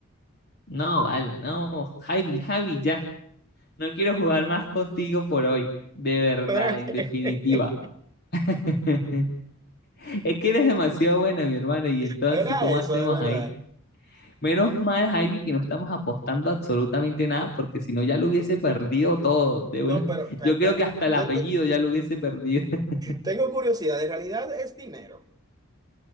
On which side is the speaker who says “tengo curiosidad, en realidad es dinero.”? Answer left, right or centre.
Right